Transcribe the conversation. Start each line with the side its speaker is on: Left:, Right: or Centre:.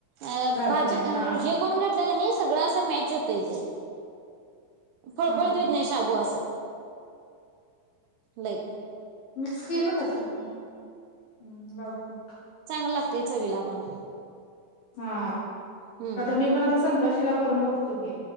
Right: अ
Left: राहते
Right: भाजू
Left: हा
Right: हे करून घेतलं क णी सगळं असं मॅच होत ते फळफळीत
Left: हा हा
Right: हुईत नाही शाबू असं लई
Left: मिक्स केलं का ते हम लावतो
Right: चांगलं लागतंय चवीला पण
Left: हा
Right: हम्म
Left: आता मी पण आता संकष्टीला करून बघतो की